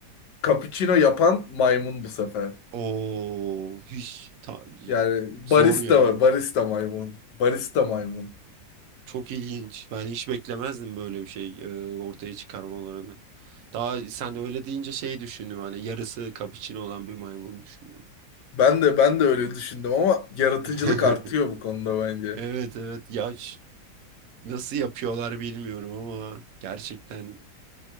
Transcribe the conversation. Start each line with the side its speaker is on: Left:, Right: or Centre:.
Left: Cappuccino yapan maymun bu sefer.
Right: Oo hiç ta-
Left: Yani
Right: zor
Left: barista
Right: yani.
Left: barista maymun. Barista maymun.
Right: Çok ilginç. Ben hiç beklemezdim böyle bir şey e, ortaya çıkarmalarını. Daha sen öyle deyince şey düşündüm hani yarısı kapıçino olan bir maymun düşündüm.
Left: Ben de ben de öyle düşündüm ama yaratıcılık
Right: <laughs>
Left: artıyor bu konuda bence.
Right: Evet evet ya ş- nasıl yapıyorlar bilmiyorum ama gerçekten